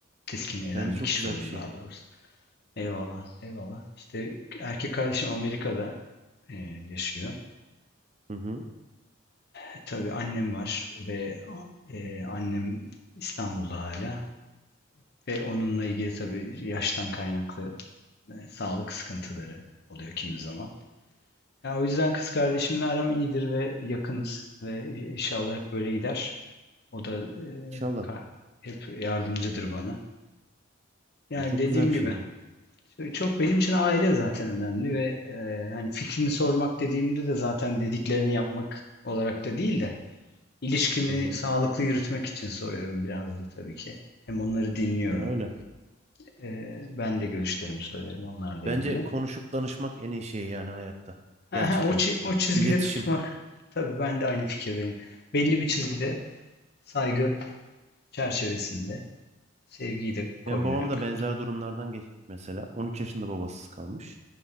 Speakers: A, on the left; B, on the right.
A: Teskin eden
B: Bence çok
A: bir kişi
B: güzel
A: oldum
B: bir şey.
A: daha doğrusu. Eyvallah, eyvallah. İşte erkek kardeşim Amerika'da e, yaşıyor.
B: Hı hı.
A: E, tabii annem var ve e, annem İstanbul'da hala. Ve onunla ilgili tabii yaştan kaynaklı e, sağlık sıkıntıları oluyor kimi zaman. Yani o yüzden kız kardeşimle aram iyidir ve yakınız ve e, inşallah hep böyle gider. O da e,
B: İnşallah.
A: ka- hep yardımcıdır bana. Yani
B: Çok
A: dediğim
B: güzel bir
A: gibi
B: şey bu.
A: işte çok benim için aile zaten önemli ve e, hani fikrini sormak dediğimde de zaten dediklerini yapmak olarak da değil de ilişkimi
B: Hı hı.
A: sağlıklı yürütmek için soruyorum biraz da tabii ki. Hem onları dinliyorum.
B: Ya öyle.
A: E, ben de görüşlerimi söylerim onlarla
B: Bence
A: ilgili.
B: konuşup danışmak en iyi şey yani hayatta.
A: Ha,
B: Gerçekten.
A: ha, o, çi- o çizgide
B: İletişim.
A: tutmak. Tabii ben de aynı fikirdeyim. Belli bir çizgide saygı çerçevesinde sevgiyi de koruyarak.
B: Benim babam da benzer durumlardan geçti mesela. 13 yaşında babasız kalmış.